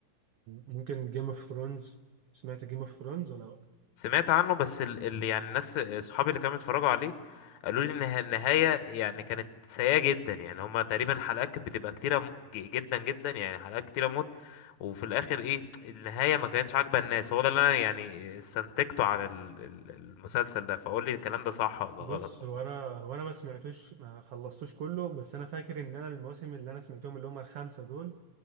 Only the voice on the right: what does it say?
ممكن جيم اوف ثرونز سمعت جيم اوف ثرونز ولا لأ؟
بص
هو انا وانا ما سمعتوش ما خلصتوش كله بس انا فاكر ان انا المواسم اللي انا سمعتهم اللي هم الخمسه دول